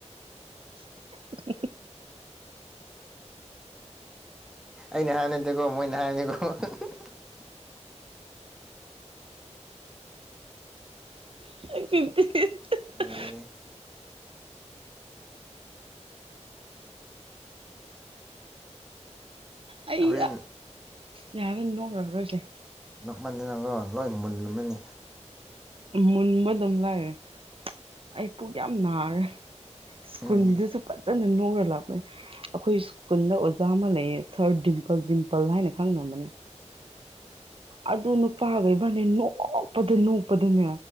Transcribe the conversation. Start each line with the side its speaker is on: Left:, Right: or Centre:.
Right: <unintelligible>
Centre: ꯑꯩꯅ ꯍꯥꯟꯅꯗ‌ꯦꯀꯣ ꯃꯣꯏꯅ ꯍꯥꯏꯅꯤꯀꯣ <unintelligible>
Right: <unintelligible>
Centre: ꯂꯣꯏꯔꯦꯍꯦ
Right: ꯑꯩ
Centre: ꯍꯣꯔꯦꯟ
Right: ꯌꯥ ꯍꯦꯟ ꯅꯣꯡꯈꯔꯣꯏꯁꯦ
Centre: ꯅ‌ꯣꯛꯃꯟꯗꯅꯥꯅꯪ ꯂꯣꯏ ꯃꯨꯜꯂꯝ ꯑꯃꯅꯤꯅꯤ
Right: ꯃꯨꯟꯕꯗꯨꯝ ꯂꯥꯏꯔꯤ ꯑꯩ ꯄꯨꯛ ꯌꯥꯝ ꯅꯥꯔꯦ ꯁ꯭ꯀꯨꯜꯗꯨꯁꯨ
Centre: ꯎꯝ
Right: ꯐꯖꯅ ꯅꯔ ꯂꯥꯛꯄꯅꯤ ꯑꯩꯈꯣꯏ ꯁ꯭ꯀꯨꯜꯗ ꯑꯣꯖꯥ ꯑꯃ ꯂꯩꯌꯦ ꯁꯥꯔ ꯗꯤꯝꯄꯜ ꯗꯤꯝꯄꯜ ꯍꯥꯏꯅ ꯈꯪꯅꯕꯅꯦ ꯑꯗꯨ ꯅꯨꯄꯥꯒꯥꯕꯥꯅꯦ ꯅꯣꯛꯄꯗ ꯅꯣꯛꯄꯗꯅꯦ